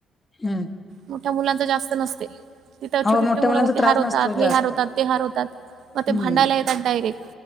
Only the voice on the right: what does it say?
मोठ्या मुलांच जास्त नसते तिथं
छोटे-छोटे
मुलं
मग ते
हरवतात
हे
हरवतात हरवतात म ते
भांडायला येतात डायरेक.